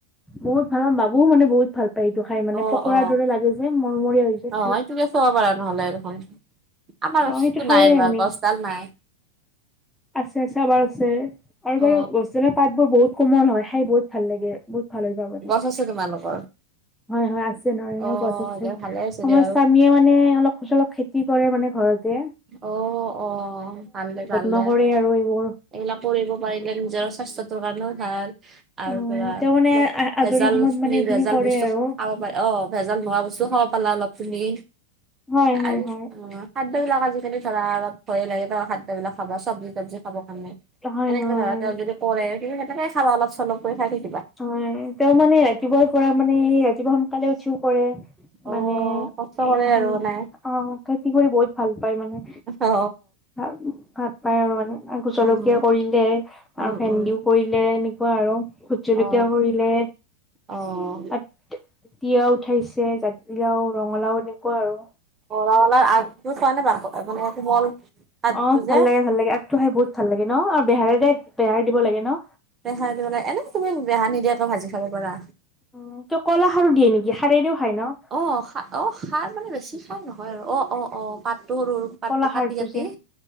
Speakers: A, in the centre; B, on the right.
A: বহুত ভাল অ বাবুও মানে বহুত ভাল পায় এইটো খাই মানে
B: অ অ
A: পকৰাৰ
B: অ
A: দৰে লাগে যে মৰমৰীয়া হৈ যায়
B: অ এইটোকে খোৱাব পাৰা নহলে দেখোন আমাৰ
A: অ
B: ৰপচিটো
A: সেইটো খাওঁৱেই
B: নাই ৰবা
A: আমি
B: গছডাল নাই
A: আছে আছে এবাৰ আছে আৰু
B: অ
A: বাৰ গছলা পাত বোৰ বহুত কোমল হয় খাই বহুত ভাল লাগে বহুত ভালে যাব নাই
B: গছ আছে তোমালোকৰ
A: হয় হয় আছে নৰহিংৰ
B: অ
A: গছ আছে
B: দে ভালে আছে দিয়া
A: আমাৰ
B: বাৰু
A: স্বামীয়ে মানে অলপ চলপ খেতি কৰে মানে ঘৰতে
B: অ অ ভাল দে ভাল
A: নকৰে
B: দে
A: আৰু এইবোৰ
B: এইবিলাক কৰিব পাৰিলে নিজৰ স্বাস্থ্যটোৰ কাৰণেও ভাল আৰ
A: অ',
B: পৰা
A: তেওঁ মানে
B: অলপ
A: আজৰি
B: ভেজাল
A: সময়ত
B: খিনি
A: মানে এইখিনি
B: ভেজাল
A: কৰে
B: বস্তু
A: আৰু।
B: খাব পাৰে অ ভেজাল নোৱা বস্তু খাব পালা অলপ তুমি
A: হয়, হয়,
B: আৰু
A: হয়,
B: সেইবিলাক আজিকালি ধৰা অলপ ভয় লাগে ন খাদ দ্য বিলাক খাবা চব্জি তবজি খাব কাৰনে
A: হয়,
B: এনেকে
A: হয়।
B: ধৰা তেওঁক যদি কৰে কিন্তু সেনেকে খাবা অলপ চলপ কৰি খাই থাকিবা
A: হয় তেওঁ মানে ৰাতিপুৱাৰ পৰা মানে এই ৰাতিপুৱা সোনকালে উঠিও কৰে
B: অ
A: মানে এ
B: কষ্ট কৰে
A: হন
B: আৰু মানে
A: অ খেতি কৰি বহুত ভাল পায় মানে
B: অ
A: ভাত পায় আৰু মানে আকৌ
B: উম
A: জলকীয়া কৰিলে
B: উম
A: আৰু ভেন্দিও
B: উম
A: কৰিলে এনেকুৱা আৰু ভোট জলকীয়া
B: অ
A: কৰিলে
B: অ
A: আত এ তিয়া উঠাইছে জাতিলাও ৰঙালাও এনেকুৱা আৰু
B: অ ৰঙালাও আগবোৰ চোৱা নে বাক কোমল পাতটো
A: অ ভাল
B: যে
A: লাগে ভাল লাগে আগটো খাই বহুত ভাল লাগে ন আৰু বেহাৰেৰে বেহাৰ দিব লাগে ন
B: বেহাই দি পেলাই এনে তুমি বেহা নিদিয়াকে ভাজি খাব পৰা
A: উম ত ক'ল খাৰো দিয়ে নেকি হাৰেৰেও খায় ন
B: অ খা অ খাৰ মানে বেছি সাৰ নহয় আৰু অ অ অ পাতটো সৰু পাতটো
A: কলা খাৰটো
B: কাটি কাটি
A: যে